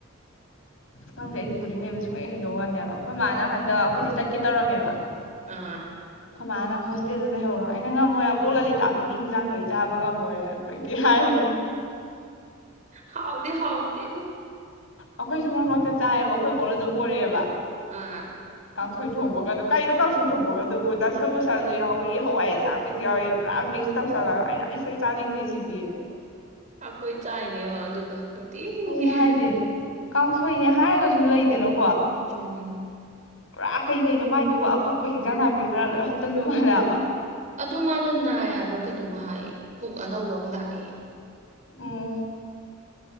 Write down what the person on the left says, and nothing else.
ꯈꯪꯗꯦ ꯑꯩꯗꯤ ꯕꯨꯗ꯭ꯔꯤꯡ ꯂꯩꯕ ꯁꯨꯍꯩ ꯍꯩꯅꯗꯧ ꯃꯥꯟꯗꯦ ꯑꯩꯈꯣꯏ ꯃꯥꯅ ꯍꯟꯗꯛ ꯑꯩꯈꯣꯏꯁꯦ ꯆꯠꯀꯦ ꯇꯧꯔꯝꯃꯦꯕ
ꯑꯩꯈꯣꯏ ꯃꯥꯅ ꯍꯣꯁꯇꯦꯜꯗ ꯂꯩꯍꯧꯔꯣ ꯑꯩꯅ ꯉꯝꯃꯣꯏ ꯑꯕꯣꯛ ꯂꯂꯤꯛꯇꯥꯥꯕꯤꯒꯤ ꯍꯤꯡꯖꯥꯡꯗꯣ ꯑꯩꯥꯆꯕ ꯉꯝꯃꯣꯏ ꯃꯣꯏ ꯑꯩꯈꯒꯤ ꯍꯥꯏꯅꯤ
ꯑꯩꯈꯣꯏꯁꯨ ꯃꯔꯛ ꯃꯔꯛꯇ ꯆꯥꯏꯑꯕ ꯑꯩꯈꯣꯏ ꯕꯣꯛꯅ ꯑꯗꯨꯝ ꯄꯣꯔꯛꯑꯦꯕ
ꯀꯥꯡꯁꯣꯏ ꯊꯣꯡꯕꯒꯗꯣ ꯀꯩꯅꯣ ꯀꯥꯡꯁꯣꯏ ꯊꯣꯡꯕꯒꯗꯣ ꯑꯗꯨꯕꯨ ꯗꯁꯥꯀꯨꯁꯥꯁꯨ ꯌꯥꯎꯏꯤ ꯍꯋꯥꯏ ꯥꯑꯁꯡꯕꯤꯁꯨ ꯄꯨꯔꯥ ꯃꯤꯛꯁ ꯇꯧꯁꯂꯒ ꯆꯥꯅꯤꯡꯗꯦ ꯁꯤꯗꯤ
ꯑꯗꯨꯅ ꯍꯥꯏꯁꯦ ꯀꯥꯡꯁꯣꯏꯅꯦ ꯍꯥꯏꯔꯒꯁꯨ ꯂꯩꯗꯅ
ꯄꯨꯔꯥ ꯀꯩꯀꯩꯅꯣ ꯃꯥꯏꯗꯨꯕꯨ ꯑꯐꯪꯕ ꯍꯤꯟꯖꯥꯡ ꯅꯥꯄꯤ ꯈꯔ ꯂꯣꯏ ꯍꯥꯞꯆꯤꯟꯕ ꯃꯥꯜꯂꯦꯕ
ꯑꯣ